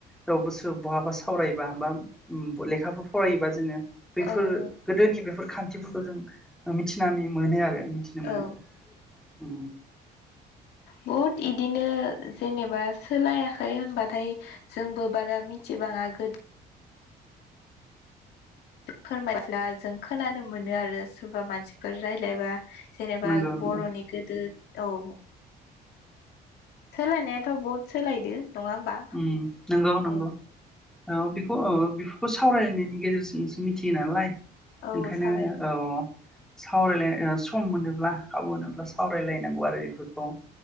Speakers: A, in the centre; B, on the left.
A: रावबोसो बहाबा सावरायबा बा लेखाफोर फरायोबा जोङो बैफोर
B: औ
A: गोदोनि बेफोर फोरखौ जों मिथिनानै मोनो आरो मिथिनो मोनो
B: औ
A: औ
B: बहुद इदिनो जेनेबा सोलायाखै होनबाथाय जोंबो बारा मिथिबाङा गोदो फोरमायब्ला जों खोनानो मोनो आरो सोरबा मानसिफोर रायलायबा जेनेबा
A: नंगौ नंगौ
B: बर'नि गोदो औ सोलायनायाथ' बहुद सोलायदो नङा होमबा
A: उम नंगौ नंगौ
B: औ
A: औ बेखौ औ बेखौ सावरायलायनायनि गेजेरजोंसो मिथियो नालाय
B: औ
A: ओंखायनो
B: सावराय
A: औ सावरायला ओ सम मोनोब्ला खाबु मोनोब्ला सावरायलायनांगौ आरो बेफोरखौ ओ